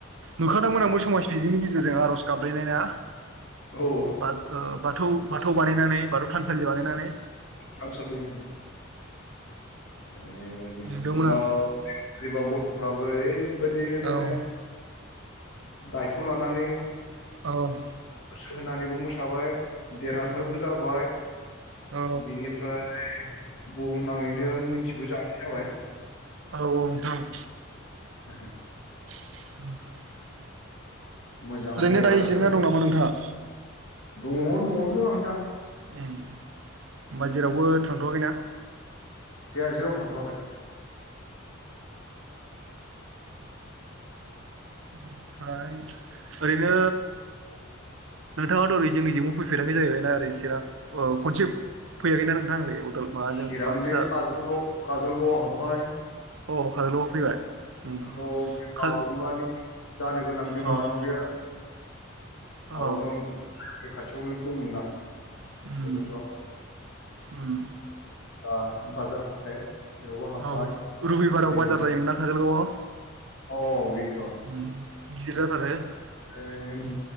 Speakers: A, on the right; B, on the left.
A: नुखादोंमोन आंबो समाज बिजोंनि गेजेरजों आर'ज गाबलायनाय ना?
B: औ
A: बा बाथौ बाथौ बानायनानै बाथौ थानसालि बानायनानै।
B: थानसालि उम ओरैबादि
A: नुदोंमोन
B: उनाव बोरैबा गथ'फ्राबो ओरै बायदि
A: आं औ
B: माने दायथ' लानानै
A: ओं।
B: सो होनानैबो मोसाबाय देरहासारबो
A: उम
B: जाबाय
A: औ
B: बिनिफ्राय बुहुमनाङैनो मिथिबोजानाय जाबाय
A: औ‌ औ नोंथां।
B: <unintelligible>
A: <inaudible>
B: मोजां
A: ओरैनो
B: देरहासार
A: दायो जिरायना
B: जानाय
A: दं नामा नोंथाङा?
B: दङ न'आवनो दं आं दा
A: उम होमबा जेरावबो थांथ'वाखैना?
B: गैया जेराव थांथ'वाखै।
A: ओमफ्राय ओरैनो नोंथाङाथ' ओरै जोंनि जोंबो फैफेराखै जाहैबायना आरोइ सिरां खनसे फैयाखै ना नोंथां? अदाल माबाजों
B: चिरां
A: बाक्सा
B: बे कजलगाव काजलगावआव हाबबाय
A: अ खाजल'गाव फैबाय उम
B: औ
A: काजो
B: बागुरुम्बानि जानो गोनां बिमानाव
A: अ
B: बेयो
A: अ
B: बावनो बे खाथियावनो दंमोन ना
A: उम
B: बे खाथियाव
A: उम
B: आ बाजाराव हाथाय बेयावबो हाबबाय
A: औ रबिबाराव
B: बेनो
A: बाजार जायोमोनना काजलगावआव
B: अ बिनोथ'
A: उम गिदिर जाथारो
B: ओ
A: उम